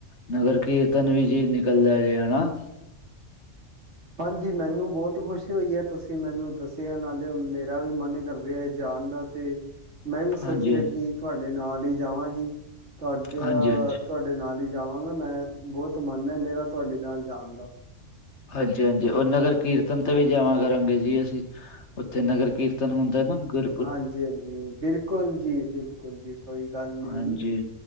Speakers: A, on the left; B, on the right.
A: ਨਗਰ ਕੀਰਤਨ ਵੀ ਜੀ ਨਿਕਲਦਾ ਹੈਗਾ ਏ ਨਾ।
B: ਹਾਂਜੀ ਮੈਨੂੰ ਬਹੁਤ ਖੁਸ਼ੀ ਹੋਈ ਹੈ, ਤੁਸੀਂ ਮੈਨੂੰ ਦੱਸਿਆ ਨਾਲੇ ਹੁਣ ਮੇਰਾ ਵੀ ਮਨ ਕਰ ਰਿਹਾ ਹੈ ਜਾਣ ਦਾ। ਤੇ ਮੈਂ ਵੀ
A: ਹਾਂਜੀ
B: ਸੋਚ ਰਿਹਾ
A: ਹਾਂਜੀ
B: ਕਿ ਤੁਹਾਡੇ ਨਾਲ ਹੀ ਜਾਵਾਂ ਜੀ ਤੁਹਾਡਾ
A: ਹਾਂਜੀ ਹਾਂਜੀ
B: ਤੁਹਾਡੇ ਨਾਲ ਹੀ ਜਾਵਾਂਗਾ ਮੈਂ, ਬਹੁਤ ਮਨ ਹੈ ਮੇਰਾ ਤੁਹਾਡੇ ਨਾਲ ਜਾਣ ਦਾ।
A: ਹਾਂਜੀ- ਹਾਂਜੀ ਔਰ ਨਗਰ ਕੀਰਤਨ ਤੇ ਵੀ ਜਾਵਾ ਕਰਾਂਗੇ ਜੀ ਅਸੀਂ, ਉੱਥੇ ਨਗਰ ਕੀਰਤਨ ਹੁੰਦਾ ਨਾ ਗੂਰ-
B: ਹਾਂਜੀ- ਹਾਂਜੀ ਬਿਲਕੁਲ ਜੀ- ਬਿਲਕੁਲ ਜੀ ਕੋਈ ਗੱਲ ਨੀ
A: ਹਾਂਜੀ,
B: ਜੀ।